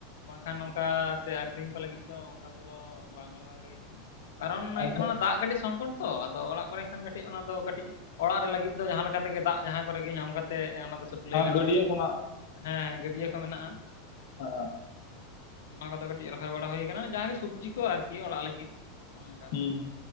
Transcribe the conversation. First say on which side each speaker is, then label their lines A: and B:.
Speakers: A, on the left (about 80°); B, on the left (about 60°).
A: ᱵᱟᱝᱠᱷᱟᱱ ᱱᱚᱝᱠᱟ ᱥᱮ ᱟᱠᱷᱨᱤᱧ ᱠᱚ ᱞᱟᱹᱜᱤᱫ ᱫᱚ ᱚᱱᱠᱟ ᱠᱚᱫᱚ ᱵᱟᱝ ᱨᱚᱦᱚᱭ ᱦᱩᱭ ᱟᱠᱟᱱᱟ ᱾ ᱠᱟᱨᱚᱱ ᱦᱩᱭᱩᱜ
B: ᱟᱪᱪᱷᱟ
A: ᱠᱟᱱᱟ ᱫᱟᱜ ᱠᱟᱹᱴᱤᱡ ᱥᱚᱝᱠᱚᱴ ᱛᱚ, ᱟᱫᱚ ᱚᱲᱟᱜ ᱠᱚᱨᱮ ᱠᱷᱟᱱ ᱠᱟᱹᱴᱤᱡ ᱚᱱᱟ ᱫᱚ ᱠᱟᱹᱴᱤᱡ ᱚᱲᱟᱜ ᱨᱮ ᱞᱟᱹᱜᱤᱫ ᱫᱚ ᱡᱟᱦᱟᱸ ᱞᱮᱠᱟ ᱛᱮᱜᱮ ᱫᱟᱜ ᱡᱟᱦᱟᱸ ᱠᱚᱨᱮᱜᱮ ᱧᱟᱢ ᱠᱟᱛᱮᱜ ᱥᱟᱹᱯᱞᱟᱹᱭ ᱜᱟᱱᱚᱜᱼᱟ᱾
B: ᱜᱟᱹᱰᱭᱟᱹ
A: ᱦᱮᱸ
B: ᱠᱷᱚᱱᱟᱜ
A: ᱦᱮᱸ ᱜᱟᱹᱰᱭᱟᱹ ᱠᱚ ᱢᱮᱱᱟᱜᱼᱟ ᱾
B: ᱚᱻ
A: ᱚᱱᱟ ᱠᱚᱫᱚ ᱠᱟᱹᱴᱤᱡ ᱨᱚᱦᱚᱭ ᱵᱟᱲᱟ ᱦᱩᱭ ᱠᱟᱱᱟ ᱾ ᱡᱟᱦᱟᱸᱮ ᱥᱚᱵᱽᱡᱤ ᱠᱚ ᱟᱨᱠᱤ ᱚᱲᱟᱜ ᱞᱟᱹᱜᱤᱫ ᱱᱚ ᱱᱚᱝᱠᱟ
B: ᱦᱩᱸ
A: ᱾
B: ᱦᱩᱸ ᱦᱩᱸ